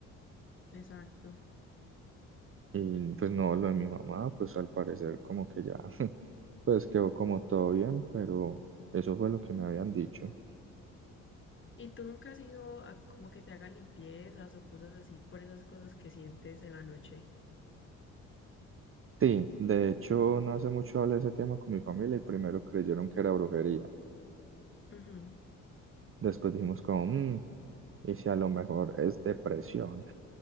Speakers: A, on the left (about 30°); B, on the right (about 35°).
A: Exacto.
B: Y pues no, lo de mi mamá, pues al parecer como que ya, <laughs> pues quedó como todo bien, pero eso fue lo que me habían dicho.
A: ¿Y tú nunca has ido a como que te hagan limpiezas o cosas así por esas cosas que sientes en la noche?
B: Sí, de hecho no hace mucho hablé de ese tema con mi familia y primero creyeron que era brujería.
A: Ujú.
B: Después dijimos como, "Mm, y si a lo mejor es depresión.